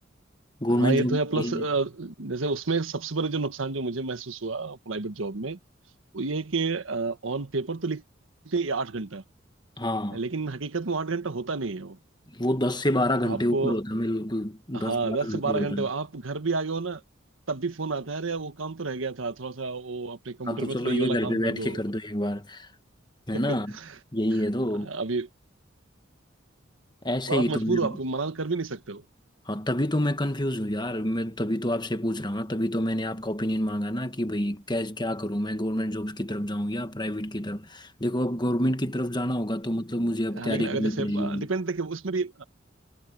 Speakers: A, on the left; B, on the right.
A: गवर्नमेंट
B: हाँ ये
A: जॉब
B: तो है प्लस
A: में-
B: जैसे उसमें सबसे बड़ा जो नुकसान जो मुझे महसूस हुआ प्राइवेट जॉब में वो ये है कि ऑन पेपर तो लिखते हैं आठ घंटा
A: हाँ
B: लेकिन हकीकत में आठ घंटा होता नहीं है वो
A: वो दस से बारह घंटे
B: आपको
A: ऊपर होता है बिल्कुल
B: हाँ
A: दस बारह
B: दस से
A: घंटे
B: बारह
A: होता
B: घंटे
A: है
B: आप घर भी आ गए हो ना तब भी फोन आता है अरे यार वो काम तो रह गया था थोड़ा सा वो अपने कंप्यूटर
A: हाँ तो
B: में
A: चलो
B: थोड़ा
A: ये
B: ये वाला
A: घर
B: काम
A: पे
B: कर
A: बैठ
B: दो
A: के कर दो एक बार है
B: <laughs>
A: ना यही है तो
B: अभी
A: ऐसे
B: और
A: ही
B: आप मजबूर
A: तुम्हें
B: हो आपको मना कर भी नहीं सकते हो
A: हाँ तभी तो मैं कंफ्यूज हूँ यार मैं तभी तो आपसे पूछ रहा हूँ ना तभी तो मैंने आपका ओपिनियन मांगा ना कि भाई कैसे क्या करूँ मैं गवर्नमेंट जॉब्स की तरफ जाऊँ या प्राइवेट की तरफ देखो अब गवर्नमेंट की तरफ जाना होगा तो मतलब मुझे अब
B: हाँ,
A: तैयारी
B: लेकिन
A: करनी
B: अगर जैसे
A: पड़ेगी
B: डिपेंड देखिए उसमें भी